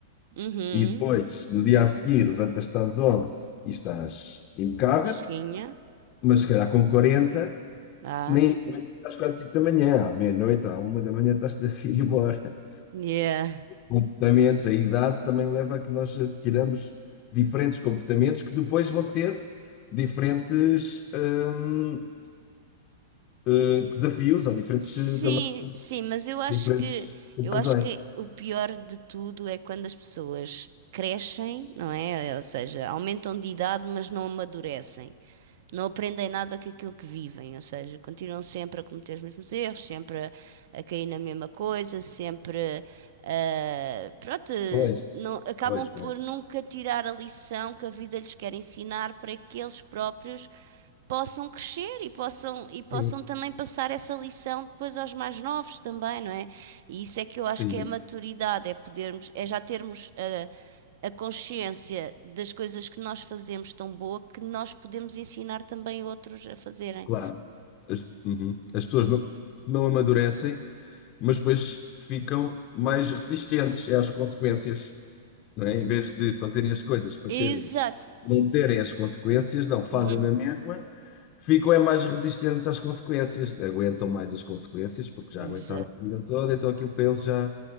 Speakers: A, on the right; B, on the left.
A: uhum,
B: e depois, no dia a seguir, levantas-te às 11 e estás impecável,
A: fresquinha.
B: mas se calhar com 40
A: Ah,
B: nem aguentas até às 4, 5 da manhã, à meia-noite, à uma da manhã estás-te a vir embora.
A: yeah.
B: comportamentos, a idade também leva a que nós adquiramos diferentes comportamentos que depois vão ter diferentes hum, eh, desafios ou diferentes
A: Sim,
B: eh, também
A: sim, mas eu acho
B: diferentes
A: que
B: conclusões.
A: eu acho que o pior de tudo é quando as pessoas crescem, não é? Ou seja, aumentam de idade, mas não amadurecem. não aprendem nada com aquilo que vivem, ou seja, continuam sempre a cometer os mesmos erros, sempre a, a cair na mesma coisa, sempre, ah, pronto,
B: Pois,
A: não, acabam
B: pois,
A: por
B: pois.
A: nunca tirar a lição que a vida lhes quer ensinar para que eles próprios possam crescer e possam, e possam
B: Sim,
A: também passar essa lição depois aos mais novos também, não é? E isso é que eu acho
B: Sim.
A: que é a maturidade, é podermos, é já termos ah, a consciência das coisas que nós fazemos tão boa que nós podemos ensinar também outros a fazerem.
B: claro. As, uhum. As pessoas não, não amadurecem, mas depois ficam mais resistentes às consequências. não é? Em vez de fazerem as coisas para
A: Exato.
B: terem, não terem as consequências, não, fazem
A: Uhum.
B: na mesma, ficam é mais resistentes às consequências, aguentam mais as consequências, porque já
A: Exato.
B: aguentaram a vida toda, então aquilo para eles já